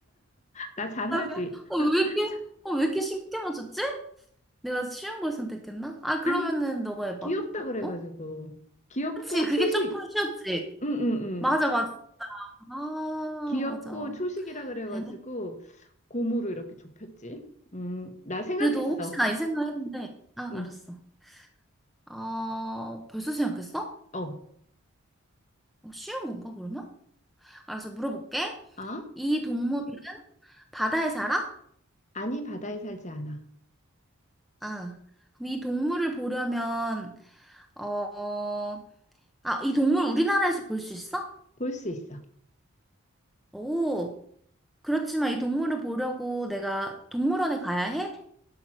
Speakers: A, on the left; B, in the centre.
A: 나 잘하지.
B: 그다음에 어왜 이렇게
A: 참,
B: 어왜 이렇게 쉽게 맞췄지? 내가 쉬운 걸 선택했나? 아 그러면은
A: 아니
B: 너가 해봐
A: 귀엽다 그래가지고
B: 어?
A: 귀엽고
B: 그치 그게
A: 초식.
B: 조금 쉬웠지
A: 응응응.
B: 맞아 맞아 아
A: 귀엽고
B: 맞아
A: 초식이라 그래가지고
B: 베네
A: 곰으로 이렇게 좁혔지. 음, 나 생각했어.
B: 그래도 혹시 나 이 생각했는데 아
A: 응.
B: 알았어 어 벌써 생각했어?
A: 어.
B: 어, 쉬운 건가 그러면? 알았어 물어볼게
A: 아?
B: 이 동물은 바다에 살아?
A: 아니 바다에 살지 않아.
B: 아 그럼 이 동물을 보려면 어 아, 이 동물 우리나라에서 볼 수 있어?
A: 볼 수 있어.
B: 오, 그렇지만 이 동물을 보려고 내가 동물원에 가야 해?